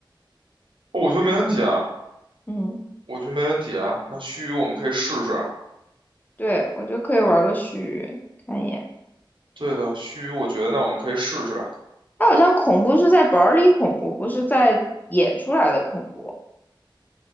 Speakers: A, on the right; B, on the left.
A: 哦我觉得没问题啊，
B: 嗯。
A: 我觉得没问题啊。那须我们可以试试啊。
B: 对，我觉得可以玩个须拟，看一眼。
A: 对的，须臾，我觉得那我们可以试试
B: 它好像恐怖是在本儿里恐怖，不是在演出来的恐怖。